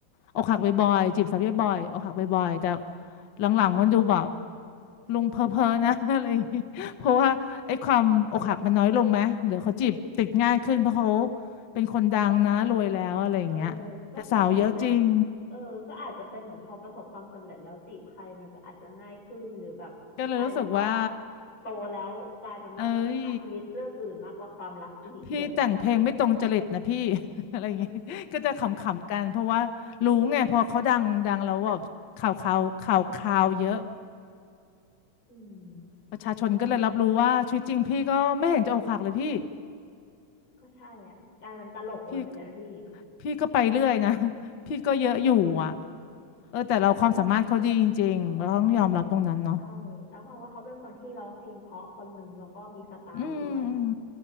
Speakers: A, on the left (about 70°); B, on the left (about 35°).
A: อกหักบ่อยๆจีบสาวบ่อยๆอกหักบ่อยๆแต่หลังๆมันดูแบบลุงเพ้อเพ้อนะ <laughs> อะไรอย่างงี้เพราะว่าไอ้ความอกหักมันน้อยลงไหมหรือเขาจีบติดง่ายขึ้นเพราะเขาเป็นคนดังนะรวยแล้วอะไรอย่างเงี้ยแต่สาวเยอะจริง
B: เออก็ก็จริงนะเออก็อาจจะเป็นเหมือนพอประสบความสำเร็จแล้วจีบใครมันก็อาจจะง่ายขึ้นหรือแบบกลายเป็นว่า
A: ก็เลยรู้สึกว่า
B: โตแล้วกลายเป็นว่ามีปัญหาชีวิตเรื่องอื่นมากกว่าความรักอีกแบบเนี้ย
A: เอ้ย พี่แต่งเพลงไม่ตรงจริตนะพี่ <laughs>
B: <laughs>
A: อะไรอย่างงี้
B: อืม
A: <laughs> ก็จะขำๆกันเพราะว่ารู้ไงพอเขาดังดังแล้วแบบข่าวข่าวข่าวข่าวเยอะ
B: อืม
A: ประชาชนก็เลยรับรู้ว่าชีวิตจริงพี่ก็ไม่เห็นจะอกหักเลยพี่
B: ก็ใช่อ่ะกลายเป็นตลกเลยอ่ะพี่
A: พี่พี่ก็ไปเรื่อยนะ <laughs> พี่ก็เยอะอยู่อ่ะเออแต่เราความสามารถเขาดีจริงๆเราต้องยอมรับตรงนั้นเนาะ
B: อืมใช่แล้วมองว่าเขาเป็นคนที่ร้องเพลงเพราะคนหนึ่งแล้วก็มีสไตล์ด้วยอ่ะ
A: อืมอืม